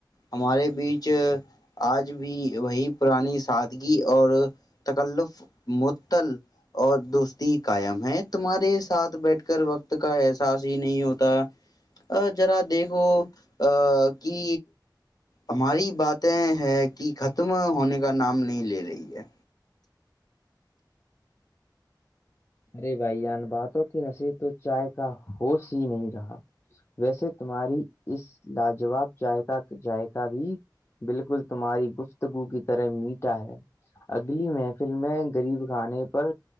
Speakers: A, on the left; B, on the left.
A: ہمارے بیچ آج بھی وہی پرانی سادگی اور تکلف معطل اور دوستی قائم ہے تمہارے ساتھ بیٹھ کر وقت کا احساس ہی نہیں ہوتا ا جرا دیکھو ا کہ ہماری باتیں ہے کہ ختم ہونے کا نام نہیں لے رہی ہے
B: ارے بھائی جان بات کی نصیب تو چائے کا ہوس ہی نہیں رہا ویسے تمہاری اس لاجواب جائےق جذائقہ بھی بالکل تمہاری گفتگو کی طرح میٹھا ہے اگلی محفل میں غریب خھانے پر